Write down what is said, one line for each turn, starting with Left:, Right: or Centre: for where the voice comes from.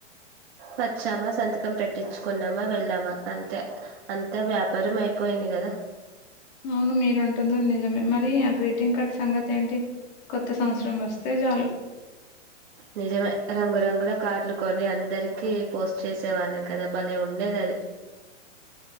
Right: వచ్చామా సంతకం పెట్టించుకున్నామా వెళ్ళామా అంతే అంతా వ్యాపారం అయిపోయింది. కదా
Left: అవును మీరుంటుంది నిజమే. మరి ఆ గ్రీటింగ్ కార్డ్ సంగతేంటి. కొత్త సంవత్సరం వస్తే చాలు
Right: నిజమే రంగురంగుల కార్డ్లు కొని అందరికీ పోస్ట్ చేసే వాళ్ళం కదా భలే ఉండేదది.